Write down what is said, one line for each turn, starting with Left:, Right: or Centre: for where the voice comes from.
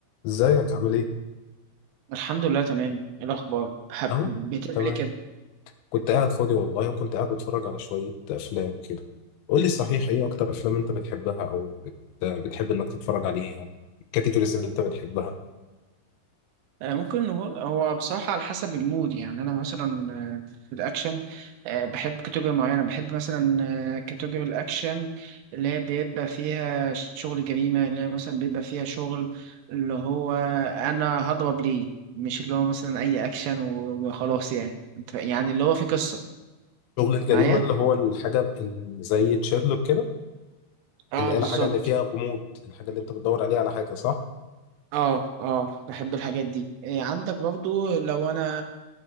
Left: ازيك عامل ايه؟
Right: الحمد لله تمام إيه الاخبار حب
Left: اهو
Right: بتعمل
Left: تمام
Right: ايه كده
Left: كنت قاعد فاضي والله وكنت قاعد بتفرج على شوية أفلام كده قول لي صحيح ايه أكتر أفلام أنت بتحبها أو بت... بتحب إنك تتفرج عليها الكاتيجوريز اللي أنت بتحبها
Right: آه، ممكن نقول هو بصراحة على حسب المود يعني أنا مثلا آه، في الأكشن آه، بحب كاتيجوري معينة بحب مثلا آه، كاتيجوري الأكشن اللي هي بيبقى فيها شغل جريمة اللي هي مثلا بيبقى فيها شغل اللي هو أنا هضرب ليه مش اللي هو مثلا أي أكشن وخلاص يعني أنت- يعني اللي هو في قصة
Left: شغل الجريمة
Right: معايا
Left: اللي هو الحاجة اللي زي تشيرلوك كده
Right: اه
Left: اللي هي
Right: بالظبط
Left: الحاجة اللي فيها غموض الحاجة اللي أنت بتدور عليها على حاجة صح؟
Right: اه اه بحب الحاجات دي إيه عندك برضو لو انا